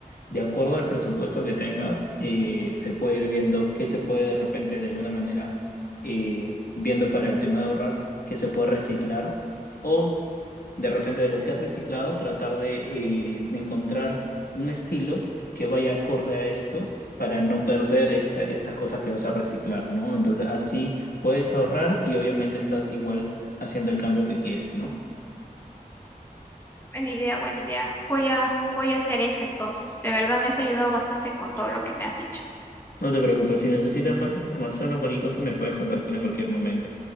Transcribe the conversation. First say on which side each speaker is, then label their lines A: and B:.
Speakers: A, on the left (about 85°); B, on the left (about 15°).
A: De acuerdo al presupuesto que tengas, eh, se puede ir viendo qué se puede de repente, de alguna manera, eh, viendo para el tema de ahorrar, qué se puede reciclar o de repente de lo que has reciclado, tratar de eh, encontrar un estilo que vaya acorde a esto para no perder esta, estas cosas que vas a reciclar, ¿no? Entonces así puedes ahorrar y obviamente estás igual haciendo el cambio que quieres, ¿no?
B: Buena idea, buena idea. Voy a, voy a hacer eso entonces. De verdad me has ayudado bastante con todo lo que me has dicho.
A: No te preocupes, si necesitas más información o cualquier cosa me puedes contactar en cualquier momento.